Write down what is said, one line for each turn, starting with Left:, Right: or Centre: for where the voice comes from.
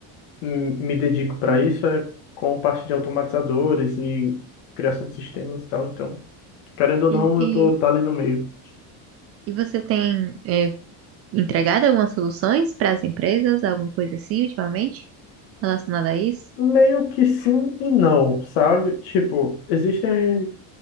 Left: m- me dedico para isso é com parte de automatizadores e criação de sistemas e tal. Então, querendo ou
Right: E,
Left: não,
Right: e,
Left: eu tô tá ali no meio.
Right: e você tem, é, entregado algumas soluções para as empresas, alguma coisa assim, ultimamente, relacionada a isso?
Left: Meio que sim e não, sabe? Tipo, existem